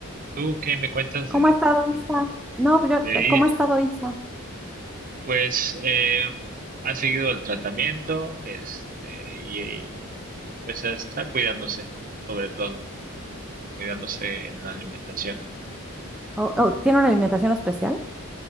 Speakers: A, on the right; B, in the centre.
A: ¿Tú qué me cuentas
B: ¿Cómo
A: de,
B: ha estado
A: de,
B: Isa? No, pues yo,
A: de
B: eh,
A: ahí?
B: ¿cómo ha estado Isa?
A: Pues eh, ha seguido el tratamiento, este, y, y, pues está cuidándose, sobre todo, cuidándose en la alimentación.
B: ¿O, o tiene una alimentación especial?